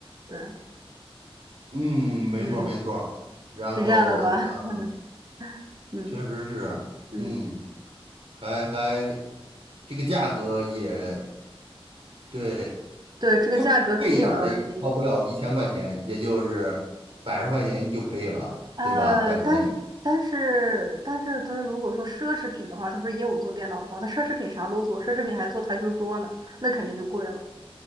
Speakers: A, on the right; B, on the right.
A: 对，
B: 嗯，没错儿没错儿然后，
A: 嗯，是这样的吧？
B: 呃，
A: <laughs> 嗯
B: 确实是，
A: 嗯，
B: 嗯，还还这个价格也对，
A: 对，这个价格肯定有高有低，
B: 贵贵一点儿的也超不了一千块钱，也就是百十块钱就可以了，
A: 呃，
B: 对吧？在国内
A: 但是但是但是它如果说奢侈品的话，它不是也有做电脑包？它奢侈品啥都做，奢侈品还做台球桌呢，那肯定就贵了，